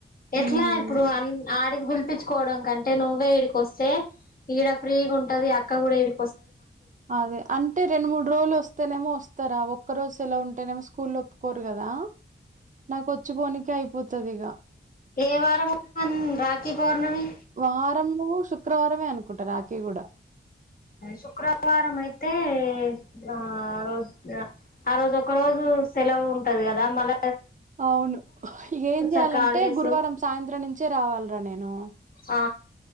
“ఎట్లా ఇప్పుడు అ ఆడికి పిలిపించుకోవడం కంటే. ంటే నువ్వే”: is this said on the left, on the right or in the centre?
Left